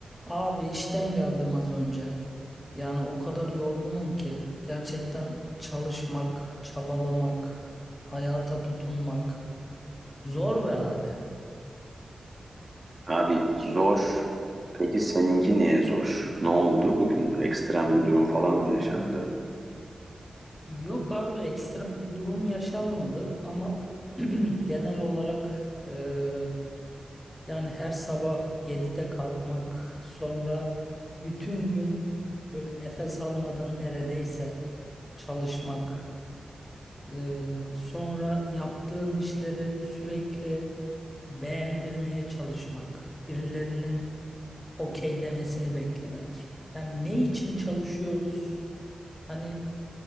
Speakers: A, on the left; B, on the right.
A: Abi işten geldim az önce. Yani o kadar yorgunum ki gerçekten çalışmak, çabalamak, hayata tutunmak zor be abi.
B: Abi zor. Peki seninki niye zor? Ne oldu bugün? Ekstrem bir durum falan mı yaşandı?
A: Yok abi ekstra bir durum yaşanmadı ama <clears throat> genel olarak e, yani her sabah 7'de kalkmak, sonra bütün gün böyle nefes almadan neredeyse çalışmak. Ee, sonra yaptığın işleri sürekli beğendirmeye çalışmak, birilerinin okey demesini beklemek. Yani ne için çalışıyoruz? Hani